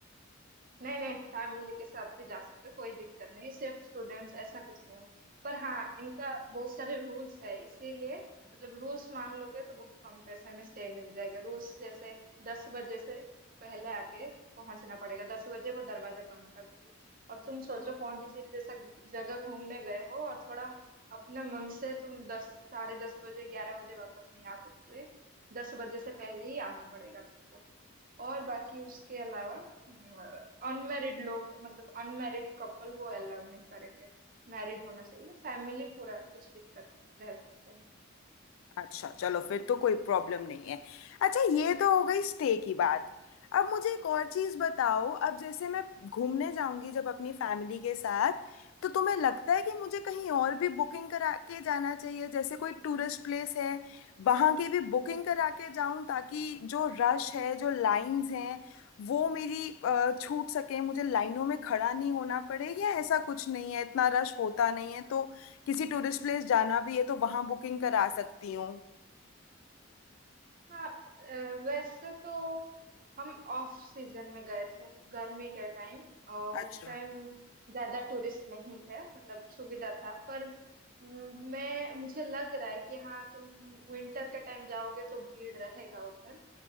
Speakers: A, on the right (about 45°); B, on the left (about 80°).
A: नहीं नहीं फैमिली के साथ भी जा सकते हो कोई दिक्कत नहीं सिर्फ स्टूडेंट्स ऐसा कुछ नहीं है पर हाँ इनका बहुत सारे रूल्स है इसीलिए मतलब रूल्स मान लोगे तो बहुत कम पैसे में स्टे मिल जाएगा रूल्स जैसे दस बजे से पहले आके पहुंचना पड़ेगा दस बजे वो दरवाजा बंद कर देंगे और तुम सोचो पौंडीचेरी जैसा जगह घूमने गए हो और थोड़ा अपने मन से तुम दस साढ़े दस बजे ग्यारह बजे वापस नहीं आ सकते दस बजे से पहले ही आना पड़ेगा तुमको और बाकी उसके अलावा अनमैरिड लोग मतलब अनमैरिड कपल वो अलाउ नहीं करेंगे मैरिड होना चाहिए फैमिली पूरा कुछ दिक्कत नहीं रह सकते हैं
B: अच्छा चलो फिर तो कोई प्रॉब्लम नहीं है अच्छा ये तो हो गई स्टे की बात अब मुझे एक और चीज़ बताओ अब जैसे मैं घूमने जाऊंगी जब अपनी फैमिली के साथ तो तुम्हें लगता है कि मुझे कहीं और भी बुकिंग करा के जाना चाहिए जैसे कोई टूरिस्ट प्लेस है वहाँ की भी बुकिंग करा के जाऊं ताकि जो रश है जो लाइंस हैं वो मेरी अ, छूट सके मुझे लाइनों में खड़ा नहीं होना पड़े या ऐसा कुछ नहीं है इतना रश होता नहीं है तो किसी टूरिस्ट प्लेस जाना भी है तो वहां बुकिंग करा सकती हूँ
A: हाँ अ, वैसे तो हम ऑफ सीजन में गए थे गर्मी के टाइम और
B: अच्छा
A: उस टाइम ज्यादा टूरिस्ट नहीं थे मतलब सुविधा था पर म, मैं मुझे लग रहा है कि हाँ तुम विंटर के टाइम जाओगे तो भीड़ रहेगा उधर